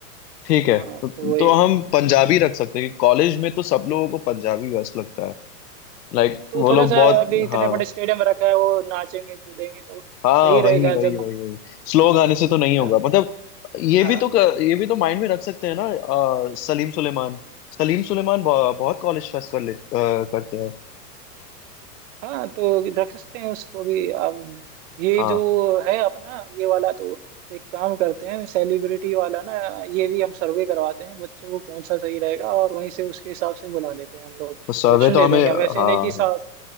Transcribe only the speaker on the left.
ठीक है
तो,
तो हम पंजाबी रख सकते हैं कॉलेज में तो सब लोगों को पंजाबी बेस्ट लगता है लाइक
like,
वो
लोग
बहुत
हाँ
हाँ
वही वही
वही वही स्लो गाने से तो नहीं
होगा
मतलब ये
भी तो क- ये भी तो माइंड में रख सकते हैं ना अ, सलीम सुलेमान सलीम सुलेमान बहु- बहुत कॉलेज फेस्ट कर ले अ, करते हैं
हाँ
तो सर्वे
तो
हमें
हाँ
हाँ